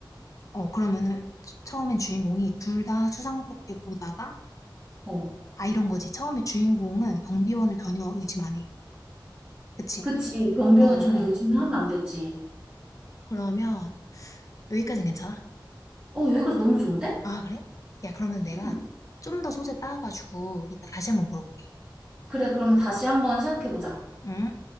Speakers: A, on the left; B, on the right.
A: 어, 그러면은 주- 처음엔 주인공이 둘 다 수상스럽게 보다가,
B: 어,
A: 아, 이런 거지. 처음에 주인공은 경비원을 전혀 의심 안 해. 그치?
B: 그치. 경비원을
A: 어, 어.
B: 전혀 의심을 하면 안 되지.
A: 그러면 여기까지는 괜찮아?
B: 어, 여기까지 너무 좋은데?
A: 아, 그래? 야, 그러면 내가
B: 음.
A: 좀 더 소재 따가지고 이따 다시 한번 물어볼게.
B: 그래, 그러면 다시 한번 생각해보자.
A: 응?